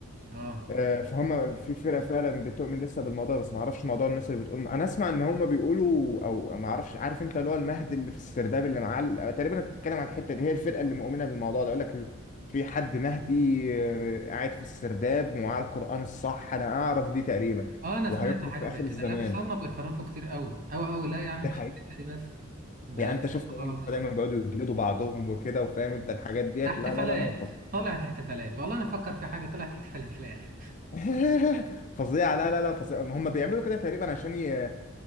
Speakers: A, on the right; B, on the left.
A: اه
B: آه، فهم في فرقه فعلا بتؤمن لسه بالموضوع بس ما اعرفش موضوع الناس اللي بتقول انا اسمع ان هم بيقولوا او ما اعرفش عارف انت اللي هو المهد اللي في السرداب اللي معاه ال- تقريبا انت بتتكلم عن الحته دي هي الفرقه اللي مؤمنه بالموضوع ده يقول لك ال- في حد مهدي آه، قاعد في السرداب ومعاه القران الصح انا اعرف دي تقريبا
A: اه انا
B: وهيخرج
A: سمعت حاجة
B: في
A: زي
B: اخر
A: كده
B: الزمان
A: لا بس هم بيخرفوا كتير قوي قوي قوي لا يعني
B: ده
A: مش الحتة دي بس ده
B: يعني انت شفت
A: خلاص
B: هم دايما بيقعدوا يجلدوا بعضهم وكده وفاهم انت الحاجات ديت
A: احتفالات
B: لا لا لا لا فظ-
A: طلعت احتفالات والله انا افكر في حاجه طلعت احتفالات في الاخر
B: <laughs> فظيعه لا لا لا فظيعه هم بيعملوا كده تقريبا عشان ي...